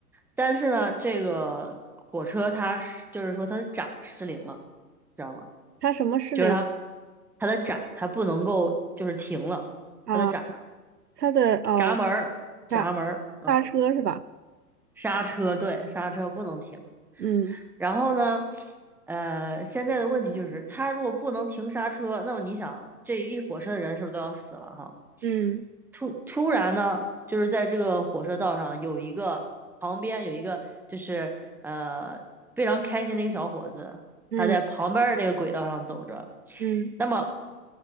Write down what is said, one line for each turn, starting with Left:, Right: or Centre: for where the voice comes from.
Centre: 但是呢，这个火车它失，就是说它的闸失灵了，知道吗？
Right: 它什么失灵
Centre: 就是它它的闸它不能够就是停了，
Right: 啊？
Centre: 它的闸
Right: 它的呃
Centre: 闸门儿闸门儿，
Right: 刹
Centre: 嗯，
Right: 刹车是吧？
Centre: 刹车对刹车不能停。
Right: 嗯
Centre: 然后呢，呃，现在的问题就是它如果不能停刹车，那么你想这一火车的人是不是都要死了哈？
Right: 嗯
Centre: 突突然呢，就是在这个火车道上有一个旁边有一个就是呃非常开心的一个小伙子，
Right: 嗯
Centre: 他在旁边的那个轨道上走着。
Right: 嗯
Centre: 那么